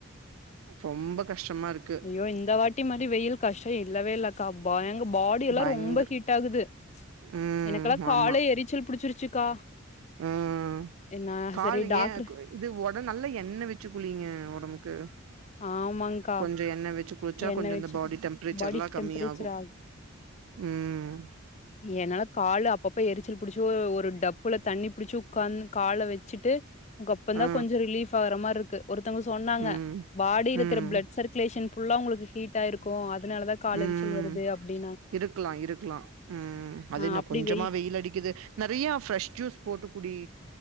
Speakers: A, on the right; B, on the left.
A: ரொம்ப கஷ்டமா இருக்கு
B: ஐயோ இந்த வாட்டி மாரி வெயில் கஷ்டோ இல்லவே இல்ல க பயங் பாடி எல்லா
A: பயங்கர
B: ரொம்ப ஹீட் ஆகுது
A: ம்
B: எனக்குலா காலே
A: ஆமா
B: எரிச்சல் புடிச்சிருச்சுக்கா
A: ம்
B: என்ன
A: கால்
B: சரி டாக்டர்
A: ஏ இது ஒட நல்ல எண்ண வெச்சு குளிங்க ஒடம்புக்கு
B: ஆமாங்க்கா
A: கொஞ்ச எண்ண வெச்சு குளிச்சா
B: என்ன
A: கொஞ்சோ
B: வச்சு
A: இந்த பாடி டெம்ப்ரேச்சர்லா
B: பாடி
A: கம்மி
B: டெம்பரேச்சர்
A: ஆகு ம்
B: என்னால காளு அப்பப்ப எரிச்சல் புடுச்சு ஒ ஒரு டப்புல தண்ணி புடுச்சு ஒக்காந்து கால வெச்சுட்டு அப்பந்தா
A: ஆ
B: கொஞ்சோ ரிலீஃப் ஆகுற மாரிக்கு ஒருத்தங்க சொன்னாங்க
A: ம்
B: பாடி இருக்கற
A: ம்
B: பிளட் சர்குலேஷன் ஃபுல்லா உங்களுக்கு ஹீட் ஆயிருக்கு அதுனாலதா கால்
A: ம்
B: எரிச்சல் வருது அப்டினு
A: இருக்கலா இருக்கலா ம் அதுன்ன
B: ஆ அப்டி
A: கொஞ்சமா
B: வெய்
A: வெயிலடிக்குது நெறையா ஃப்ரெஷ் ஜூஸ் போட்டுக்குடி